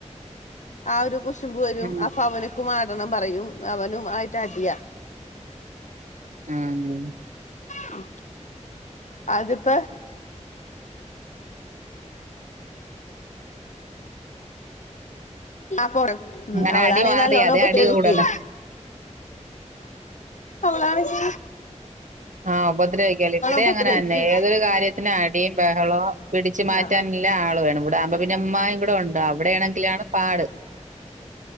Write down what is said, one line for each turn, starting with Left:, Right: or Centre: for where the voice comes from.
Left: ആ ഒരു കുശു മ്പ് വരും
Right: ഉം
Left: അപ്പൊ അവന്ക്കും ആടണം പറയും അവനും ആയിട്ട് അടിയാ
Right: മ്മ് മ്മ്
Left: മ്മ് അതിപ്പ ആ പോ മ്മ്
Right: അങ്ങനെ
Left: അവളാണെങ്കി
Right: അടി മാറി
Left: നല്ലോണം
Right: അതെ
Left: ഉപദ്രവിക്കുവേ
Right: അടി കൂടണ
Left: അവളാണെങ്കി
Right: ആ ഉപദ്രവിക്കുവല്ലേ ഇവിടേം
Left: ഉപദ്രവിക്കും
Right: അങ്ങനെന്നെ ഏതൊരു കാര്യത്തിന് അടീം ബഹളോം പിടിച്ചു മാറ്റാനെല്ലാം
Left: ആഹ്
Right: ആള് വേണം ഇവി ഇതാവുമ്പോ പിന്നെ ഉമ്മായും കൂടെ ഒണ്ട് അവിടെയാണെങ്കിലാണ് പാട്